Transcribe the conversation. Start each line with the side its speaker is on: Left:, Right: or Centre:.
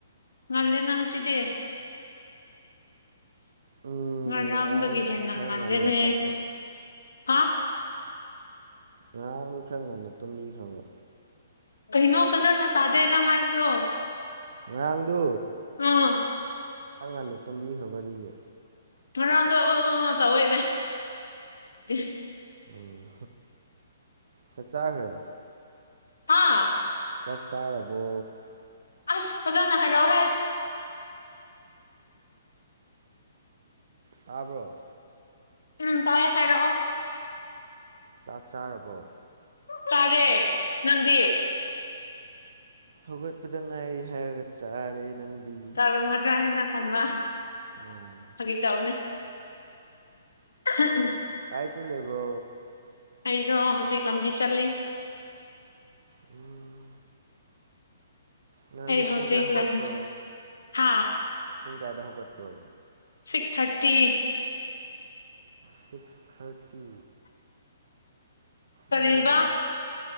Left: ꯉꯜꯂꯦꯅ ꯉꯁꯤꯗꯤ
Right: ꯎꯝ
Left: ꯉꯔꯥꯡꯗꯒꯤ
Right: ꯉꯔꯥꯡ
Left: ꯍꯦꯟꯅ
Right: ꯈꯔ
Left: ꯉꯜꯂꯦꯅꯦ
Right: ꯉꯟꯅ ꯇꯠꯄ
Left: ꯍꯥ
Right: ꯉꯔꯥꯡꯗꯨ ꯈꯔ ꯉꯟꯅ ꯇꯨꯝꯕꯤꯈ꯭ꯔꯕꯣ
Left: ꯀꯩꯅꯣ ꯐꯖꯅ ꯇꯥꯗꯦ ꯅꯪ ꯍꯥꯏꯕꯗꯣ
Right: ꯉꯔꯥꯡꯗꯨ
Left: ꯎꯝ
Right: ꯈꯔ ꯉꯟꯅ ꯇꯨꯝꯕꯤꯈ꯭ꯔꯕ ꯑꯗꯨꯒꯤ
Left: ꯉꯔꯥꯡꯗꯣ ꯑꯣ ꯑꯣ ꯇꯧꯋꯦ <inaudible>
Right: ꯎꯝ ꯆꯥꯛ ꯆꯥꯈ꯭ꯔꯦ
Left: ꯍꯥꯥ
Right: ꯆꯥꯛ ꯆꯥꯔꯕꯣ
Left: ꯑꯁ ꯐꯖꯅ ꯍꯥꯏꯔꯛꯑꯣ ꯍꯦ
Right: ꯇꯥꯕ꯭ꯔꯣ
Left: ꯎꯝ ꯇꯥꯏ ꯍꯥꯏꯔꯛꯑꯣ
Right: ꯆꯥꯛ ꯆꯥꯔꯕꯣ
Left: ꯆꯥꯔꯦ ꯅꯪꯗꯤ
Right: ꯍꯧꯒꯠꯄꯗ ꯉꯥꯏꯔꯤ ꯍꯥꯏꯔꯒ ꯆꯥꯔꯦ ꯅꯪꯗꯤ
Left: ꯆꯥꯔꯝꯒꯗ꯭ꯔꯥ ꯍꯥꯏꯅ ꯈꯟꯕ
Right: ꯑꯣ
Left: ꯐꯒꯤ ꯇꯧꯅꯦ <inaudible>
Right: ꯀꯥꯏ ꯆꯂꯦꯕ꯭ꯔꯣ
Left: ꯑꯩꯗꯣ ꯍꯧꯖꯤꯛ ꯂꯝꯕꯤ ꯆꯠꯂꯤ
Right: ꯎꯝ ꯅꯍꯥꯟꯗꯤ
Left: ꯑꯩ
Right: ꯄꯨꯡ
Left: ꯍꯧꯖꯤꯛ
Right: ꯀꯌꯥ ꯍꯧꯒꯠꯄ꯭ꯔꯣ
Left: ꯂꯝ ꯍꯥ
Right: ꯄꯨꯡ ꯀꯌꯥꯗ ꯍꯧꯒꯠꯄ꯭ꯔꯣ
Left: ꯁꯤꯛꯁ ꯊꯥꯔꯇꯤ
Right: ꯁꯤꯛꯁ ꯊꯥꯔꯇꯤ
Left: ꯀꯔꯤꯕ
Right: ꯉꯜꯂꯦꯅ